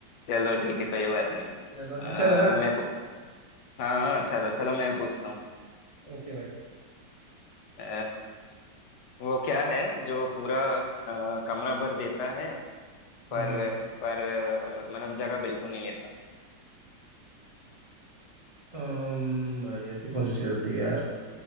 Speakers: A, on the left; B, on the right.
A: चलो ठीक है कोई बात नहीं
B: चलो
A: अ,
B: अच्छा था ना
A: मैं पु- हाँ हाँ, अच्छा था चलो मैं पूछता हूँ
B: ओके भाई
A: अ, वो क्या है जो पूरा अ, कमरा भर देता है पर
B: हम्म
A: पर अ, मतलब जगह बिल्कुल नहीं लेता
B: अम्म, भाई ऐसी कौन सी चीज होती है यार